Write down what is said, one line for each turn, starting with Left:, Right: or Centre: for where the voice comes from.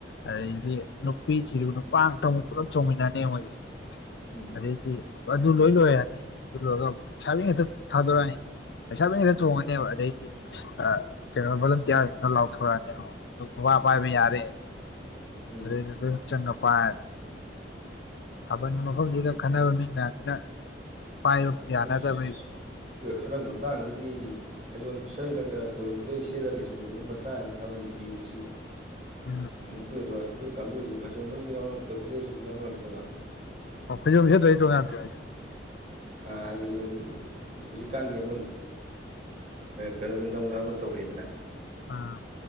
Left: ꯑꯗꯩꯗꯤ ꯅꯨꯄꯤ ꯊꯤꯔꯨꯕ ꯅꯨꯄꯥ ꯉꯥꯛꯇ ꯑꯃꯨꯛ ꯄꯨꯂꯞ ꯆꯣꯡꯃꯤꯟꯅꯅꯤ ꯃꯣꯏꯒꯤꯁꯦ
Right: ꯎꯝ
Left: ꯑꯗꯩꯗꯤ ꯑꯗꯨ ꯂꯣꯏ ꯂꯣꯏꯔꯅꯤ ꯑꯗꯨ ꯂꯣꯏꯔꯒ ꯑꯃꯨꯛ ꯂꯩꯁꯥꯕꯤ ꯉꯥꯛꯇ ꯊꯥꯗꯣꯔꯛꯑꯅꯤ ꯂꯩꯁꯥꯕꯤ ꯉꯥꯛꯇ ꯆꯣꯡꯉꯅꯦꯕ ꯑꯗꯩꯗꯤ ꯑ ꯀꯩꯅꯣ ꯕꯣꯂꯨꯟꯇꯤꯌꯥꯔ <unintelligible> ꯂꯥꯎꯊꯣꯔꯛꯑꯅꯤꯕ ꯑ ꯅꯨꯄꯥ ꯄꯥꯏꯕ ꯌꯥꯔꯦ
Right: ꯎꯝ
Left: ꯑꯗꯩꯗꯤ ꯑꯗꯨꯝ ꯆꯪꯉꯥ ꯄꯥꯏ ꯊꯥꯕꯟ ꯃꯐꯝꯖꯤꯗ ꯈꯟꯅꯕ ꯃꯤ ꯃꯌꯥꯝꯖꯤꯅ ꯄꯥꯏꯕ ꯌꯥꯅꯗꯕꯩ
Right: ꯑꯁ ꯍꯟꯗꯛ ꯃꯇꯥꯡꯗꯒꯤ ꯐꯩꯖꯣꯝ ꯁꯦꯠꯂꯒ ꯑꯩꯈꯣꯏ ꯈꯨꯗꯩ ꯁꯦꯠꯂꯒ ꯆꯣꯡꯕꯒꯤ ꯃꯇꯥꯡ ꯊꯥꯕꯟ ꯊꯤꯕꯁꯤ
Left: ꯎꯝ
Right: ꯑꯃꯨꯛꯇꯣꯏꯕ ꯑꯩꯈꯣꯏ ꯀꯥꯡꯒꯨꯖꯤ ꯐꯩꯖꯣꯝꯖꯨ ꯑꯝꯇꯥ ꯌꯥꯎꯅꯔꯛꯇꯕ ꯈꯨꯗꯩꯁꯨ ꯑꯝꯇꯥ ꯌꯥꯎꯅꯔꯛꯇꯕ
Left: ꯑꯣ ꯐꯩꯖꯣꯝ ꯁꯦꯠꯇ꯭ꯔꯗꯤ ꯇꯣꯡꯉꯥꯟꯗ꯭ꯔꯤꯔꯣ ꯍꯥꯏꯖꯦ
Right: ꯑ ꯍꯥꯏꯗꯤ ꯍꯧꯖꯤꯛꯀꯥꯟꯒꯤ ꯑꯃ ꯀꯩꯅꯣꯒꯤ ꯅꯧꯅ ꯑꯃ ꯇꯧꯔꯤꯗꯅ
Left: ꯑꯥ